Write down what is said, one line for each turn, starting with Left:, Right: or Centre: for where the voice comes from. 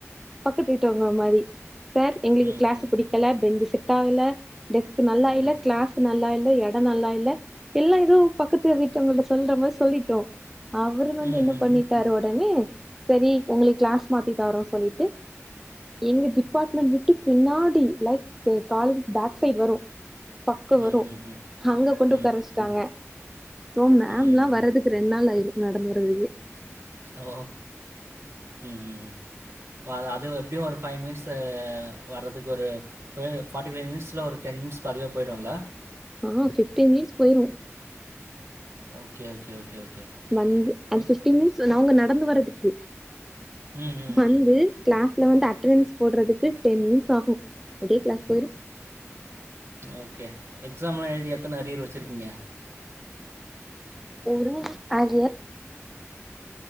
Centre: பக்கத்து வீட்டு உங்கள மாரி சார் எங்களுக்கு
Right: ம்ஹ்ம்.
Centre: கிளாஸ் பிடிக்கல பெஞ்சு செட் ஆகல டெஸ்க் நல்லா
Right: ம்.
Centre: இல்ல கிளாஸ் நல்லா இல்ல எடம் நல்லா இல்ல எல்லா ஏதோ பக்கத்து வீட்டங்களுட்ட சொல்ற மாரி சொல்லிட்டோ அவரு வந்து
Right: ம்ஹ்ம்.
Centre: என்ன பண்ணிட்டாரு உடனே சேரி உங்களு கிளாஸ் மாத்தி தாரோனு சொல்லிட்டு எங்க டிபார்ட்மெண்டட் விட்டு பின்னாடி லைக் காலேஜ்க்கு பேக் சைட் வரும் பக்கம்
Right: ம்ஹ்ஹ்ம்.
Centre: வரும் அங்க கொண்டு
Right: ம்.
Centre: உக்கார வச்சி டாங்க சோ மேம்லாம்
Right: ம்.
Centre: வர்றதுக்கு ரெண்டு நாள் ஆயிரும் நடந்து வர்றதுக்கே
Right: ஓ ம் அது எப்டியும் ஒரு ஃபைவ் மினிட்ஸ் வர்றதுக்கு ஒரு ஃப்டி ஃபைவ் மினிட்ஸில ஒரு டென் மினிட்ஸ் பதிவே போயிடும்ல்ல
Centre: ஆ பிப்டீன் மினிட்ஸ் போயிரும்
Right: ஓகே ஓகே ஓகே ஓகே
Centre: வந்து அது
Right: இப்
Centre: பிப்டின் மினிட்ஸ் அவங்க நடந்து வர்துக்கு
Right: ம்ஹ்ஹ்ம்.
Centre: வந்து கிளாஸ்ல வந்து அட்டெண்டன்ஸ் போடுறதுக்கு டென் மினிட்ஸ் ஆகும் அப்டியே கிளாஸ் போயிரு
Right: ஓகே எக்ஸாம்லா எழுதி எத்தன அரியர் வெச்சருக்கீங்க
Centre: ஒரு வக அரியர்